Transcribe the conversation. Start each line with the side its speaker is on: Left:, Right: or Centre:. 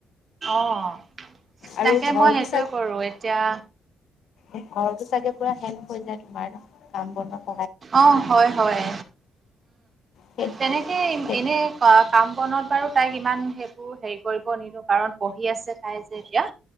Right: অ',
Left: আৰু
Right: তাকে
Left: ঘৰতো
Right: মই সেইটোৱে কৰো এতিয়া
Left: এ ঘৰতো চাগে পুৰা হেল্প হৈ যায় তোমাৰ কাম বনত।
Right: অ', হয় হয়,
Left: সেই
Right: তেনেকে
Left: সেই
Right: এনেই অ', কাম বনত বাৰু তাইক ইমান সেইবোৰ হেৰি কৰিব নিদিওঁ কাৰণ পঢ়ি আছে তাই তেতিয়া,